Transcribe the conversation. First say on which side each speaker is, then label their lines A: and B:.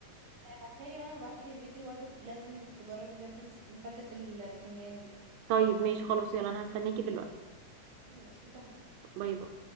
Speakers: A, on the right; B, on the right.
A: لا ابعتها لي وانا هبعتلك الفيديو برضه بت- لازم بتجربي بجد مس- مفتة البتنجان دي
B: طيب ماشي خلاص يلا انا هستناكي دلوقتي
A: ماشي اتفقنا
B: باي باي